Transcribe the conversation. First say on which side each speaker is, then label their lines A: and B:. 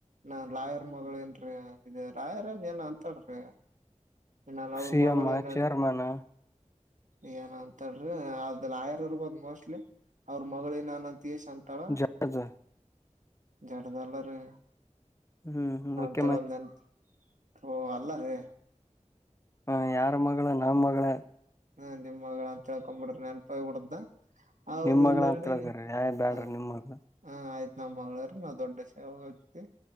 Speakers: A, on the right (about 75°); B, on the left (about 20°).
A: ನಾ ಲಾಯರ್ ಮಗುಳೆನ್ರೀ ಇದು ಲಾಯರ್ ಅಂದ್ ಏನ ಅಂತಳ್ರಿ. ನವ್ ಅವ್ರ
B: ಸಿ
A: ಮಗಳೇನ.
B: ಎಂ ಚೇರ್ಮನ್
A: ಏನ ಅಂತಳ್ರಿ ಅದ್ ಲಾಯರ್ ಇರ್ಬೋದ್ ಮೋಸ್ಟ್ಲಿ. ಅವ್ರ ಮಗ್ಳು ನಾನು ಅಂತ್ ಯೇಶ್ ಅಂತ್. ಳ
B: ಜಡ್ಜ್
A: ಜಡ್ದಲ್ಲಾ ರೀ.
B: ಹ್ಮ್ ಹ್ಮ್ ಓಕೆ.
A: <unintelligible> ಓ ಅಲ್ಲ ರೀ.
B: ಹಾ ಯಾರ ಮಗ್ಳು ನಮ್ ಮಗ್ಳ.
A: ಹ ನಿಮ್ಗಳ ಅಂತ ಹಳ್ಕೊ ಬಿಡ್ರಿ ನೆನ್ಪಾಗ್ ಬಿಡತ್ತ. ಅವ್ರ್
B: ನಿಮ್ ಮಗಳ
A: ಇಂದೆಗಡಿ
B: ಅಂತ ತಿಳ್ಕರಿ ಯಾ ಬ್ಯಾಡ್ರಿ
A: ಹ.
B: ನಿಮ್ ಮಗಳ
A: ಹ ಆಯ್ತ್ ನಮ್ಮ್ ಮಗ್ಳಾರಿ ನಾವ್ ದೊಡ್ಡ ಸೇವೋಗ್ತಿ.